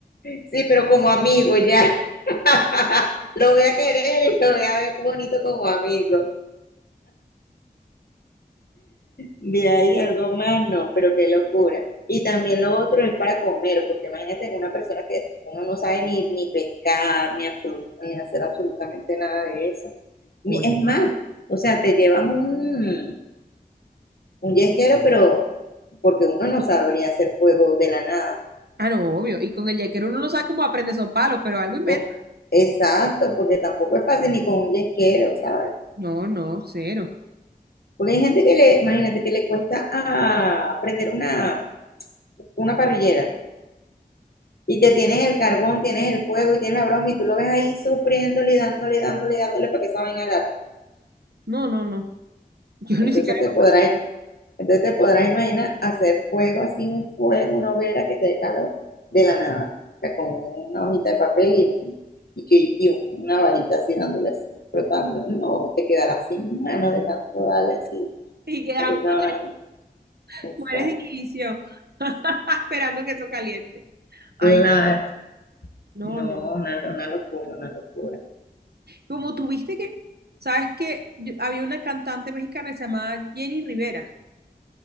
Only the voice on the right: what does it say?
Pobre.
Ah, no, obvio, y con el yaquero uno no sabe cómo aprende esos palos, pero algo inventa.
No, no, cero.
No, no, no. Yo
ni siquiera
nunca
y quedando
de las
mujeres de división, <laughs> esperando que eso caliente. Ay,
no,
no.
Como tuviste que, sabes que había una cantante mexicana que se llamaba Jenny Rivera,